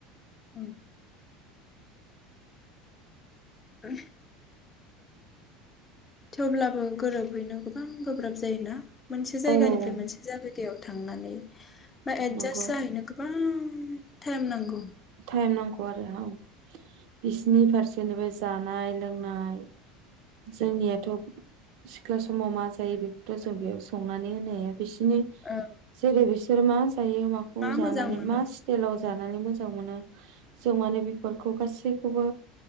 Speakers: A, on the left; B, on the right.
A: ओं। <inaudible> थेवब्लाबो गोरोबहैनो गोबां गोब्राब जायो ना। मोनसे जायगानिफ्राय
B: औ उम
A: मोनसे जागै दैयाव थांनानै बा एदजास
B: नंगौ
A: जाहैनो गोबां थाइम नांगौ।
B: थाइम नांगौ आरो औ। बिसिनि फारसेनिबो जानाय लोंनाय जोंनियाथ' सिख्ला समाव मा जायो बेखौथ' जों बेयाव संनानै होनो हाया। बिसोरनि
A: औ
B: जेरै बिस सोर मास जायो माखौ
A: मा
B: जानानै
A: मोजां मोनो
B: मा स्टाइलाव
A: औ
B: जानानै मो मोनो जों माने बेफोरखौ गासैखौबो